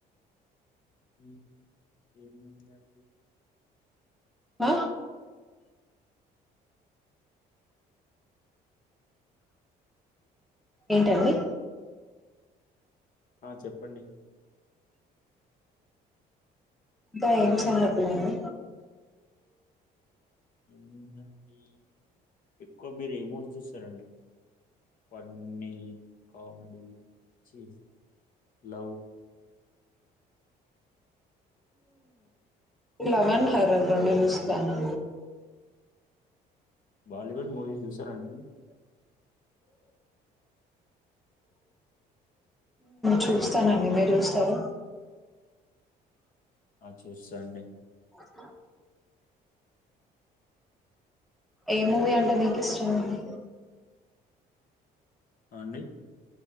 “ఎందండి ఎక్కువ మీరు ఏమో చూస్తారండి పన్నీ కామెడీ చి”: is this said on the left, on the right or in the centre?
Left